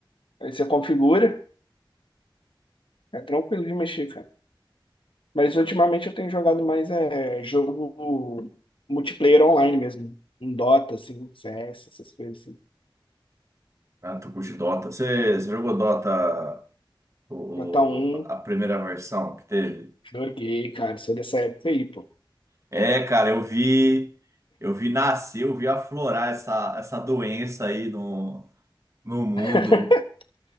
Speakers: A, on the left; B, on the right.
A: aí você configura, é tranquilo de mexer, Mas ultimamente eu tenho jogado mais é, jogo multiplayer online mesmo. Um Dota, assim, CS, essas coisas assim.
B: Ah, tu curte Dota? Você, você jogou Dota o,
A: Dota 1,
B: o- a primeira versão que teve?
A: joguei, cara, sou dessa época aí, pô.
B: É, cara, eu vi, eu vi nascer, eu vi aflorar essa, essa doença aí no, no mundo.
A: <laughs>